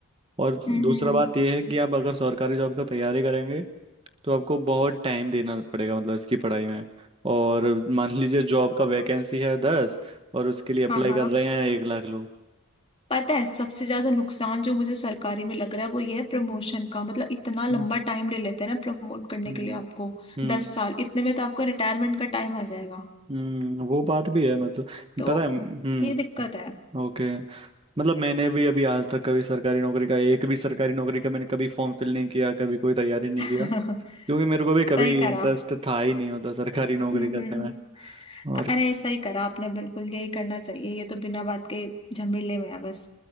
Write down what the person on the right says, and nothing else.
और
दूसरा
बात यह है कि आप अगर सरकारी जॉब का तैयारी करेंगे तो आपको बहुत टाइम देना पड़ेगा मतलब इसकी पढ़ाई में और मान लीजिए जॉब का वैकेंसी है दस और उसके लिए अप्लाई
कर रहे हैं एक लाख लोग
हम्म
हम्म
हम्म
हम्म, वो बात भी है मतलब
पता है हम्म
ओके मतलब मैंने भी अभी आज तक कभी सरकारी नौकरी का एक भी सरकारी नौकरी का मैंने कभी फॉर्म फिल नहीं किया कभी कोई तैयारी नहीं
किया क्योंकि मेरे को भी कभी
इंटरेस्ट था ही नहीं होता सरकारी नौकरी
करने
में और
क्या-